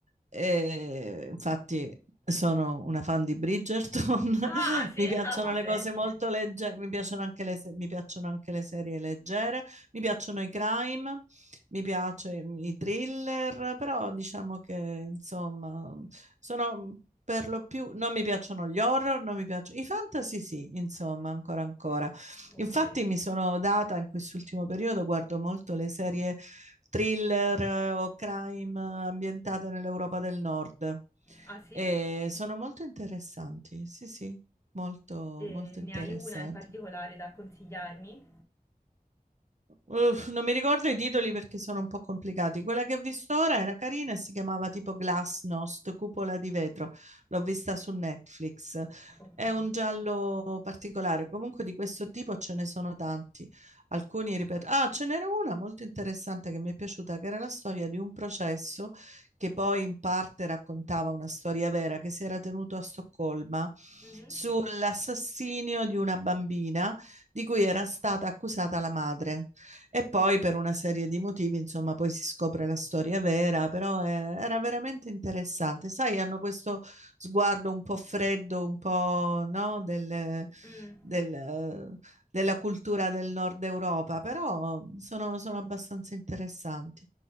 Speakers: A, on the right (about 50°); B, on the left (about 20°).
A: e infatti sono una fan di Bridgerton. <laughs>
B: Ah, ah, sì?
A: Mi piacciono
B: <laughs> Ah, ma
A: le
B: senti.
A: cose molto leggere, mi piacciono anche le se- mi piacciono anche le serie leggere, mi piacciono i crime mi piace i thriller, però diciamo che insomma sono per lo più, non mi piacciono gli horror, non mi piacciono i fantasy, sì, insomma, ancora ancora.
B: Ok.
A: Infatti mi sono data in quest'ultimo periodo, guardo molto le serie thriller eh, o crime eh, ambientate nell'Europa del Nord
B: Ah sì?
A: e sono molto interessanti, sì, sì, molto
B: E
A: molto
B: ne
A: interessanti.
B: hai una in particolare da consigliarmi?
A: Uff, non mi ricordo i titoli perché sono un po' complicati. Quella che ho visto ora era carina e si chiamava tipo Glasnost, cupola di vetro. L'ho vista su Netflix.
B: Ok.
A: È un giallo particolare. Comunque di questo tipo ce ne sono tanti. Alcuni, ripeto, ah, ce n'era una molto interessante che mi è piaciuta, che era la storia di un processo che poi in parte raccontava una storia vera che si era tenuto a Stoccolma
B: Mhm.
A: sull'assassinio di una bambina di cui era stata accusata la madre. E poi per una serie di motivi, insomma, poi si scopre la storia vera, però eh, era veramente interessante. Sai, hanno questo sguardo un po' freddo, un po', no, del,
B: Mm.
A: del, eh, della cultura del nord Europa, però sono, sono abbastanza interessanti.